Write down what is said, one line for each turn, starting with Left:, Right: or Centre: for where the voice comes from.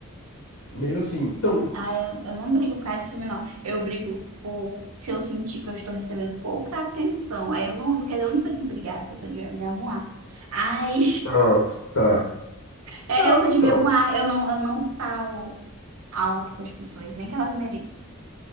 Left: meio assim. Então,
Right: Ah, eu, eu não brigo por causa de ciúme, não. Eu brigo por se eu sentir que eu estou recebendo pouca atenção. Aí eu não, não quero, eu não sou de brigar, eu sou de me arrumar. Ai.
Left: Ah, tá.
Right: É,
Left: não,
Right: eu sou
Left: então,
Right: de memoar, eu não, eu não falo alto com as pessoas, nem que elas mereçam.